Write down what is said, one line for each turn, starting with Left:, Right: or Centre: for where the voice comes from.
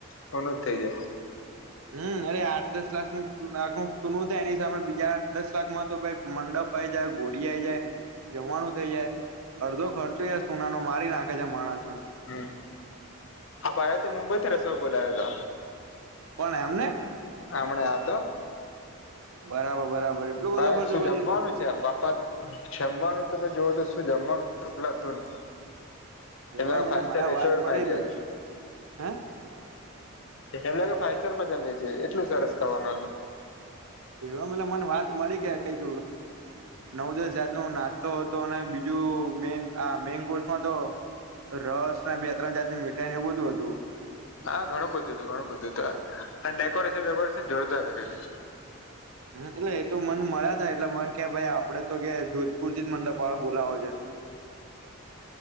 Left: સોનું જ થઇ જાય.
Right: હમ, અરે દસ ક્લાસ નું લ <unintelligible> તો નું થાય એની સામે દસ લાકમાં તો ભાઈ મંડપ આય જાય ઘોડી આઈ જાય. જમવાનું થઇ જાય, અડધો ખર્ચો યાર સોનાનો મારી નાખે છે માણસને.
Left: હમ હ, આ ભાયે તો મુંબઈથી રસોઇઓ બોલાયો તો.
Right: કોણ એમને?
Left: હમણે આ તો
Right: બરાબર- બરાબર એટલો બધો
Left: ભાઈ
Right: ખર્ચો
Left: શું
Right: કરી દીધો.
Left: <unintelligible> બાપા જમવાનું તો તમે જોવો તો શું જમવાનું અફલાતૂન. એના
Right: એવા મને
Left: ફાઈવ સ્ટાર
Right: મને
Left: રેસ્ટોરન્ટમાં
Right: વાત મળી
Left: આવી ગયા
Right: હતી
Left: છે.
Right: હે
Left: એવું લાગે ફાઇસટાર માં જમીએ છીએ એટલું સારું ખાવાનું હતું
Right: એવા મતલ મને વાત મળી કે કઈક નવ દસ જાત ન નાસ્તો હતો અને બીજું મેન આ મેન કોર્સમાં તો રસ ને બે ત્રણ જાતની મીઠાઈ ને એવું બધું હતું
Left: હા ઘણું બધું હતું ઘણું બધું હતું ડેકોરેશન વેકોરેશન જોડતા કર્યું હતું
Right: હમ એટલે એ તો મને મળ્યા થાય એટલે મ કે ભાઈ આપડે તો કે જોધપુર થી જ મંડપ વાળો બોલાવો છે
Left: <inaudible>